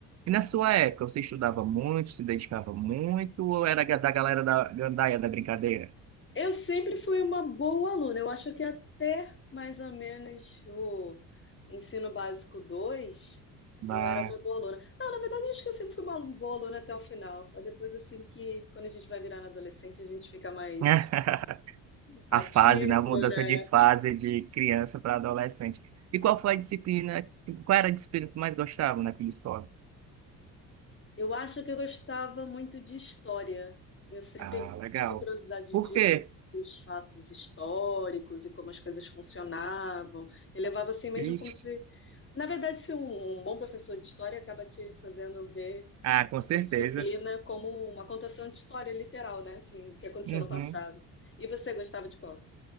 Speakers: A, on the right; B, on the left.
A: E na sua época, você estudava muito, se dedicava muito, ou era ga- da galera da gandaia da brincadeira?
B: Eu sempre fui uma boa aluna. Eu acho que até mais ou menos o ensino básico 2
A: Bah.
B: eu era uma boa aluna. Não, na verdade, eu acho que eu sempre fui uma boa aluna até o final. Só depois, assim, que quando a gente vai virando adolescente, a gente fica mais
A: <laughs>
B: Ativa,
A: a fase, na mudança
B: né?
A: de fase de criança para adolescente. E qual foi a disciplina, qual era a disciplina que tu mais gostava naquela escola?
B: Eu acho que eu gostava muito de história. Eu sempre
A: Ah, legal.
B: tive curiosidade
A: Por
B: de
A: quê?
B: ouvir os fatos históricos e como as coisas funcionavam. Eu levava assim mesmo
A: Ixi.
B: como se... Na verdade, se um, um bom professor de história acaba te fazendo ver
A: Ah, com certeza.
B: a disciplina como uma contação de história literal, né? Assim, o que aconteceu
A: Uhum.
B: no passado. E você gostava de qual?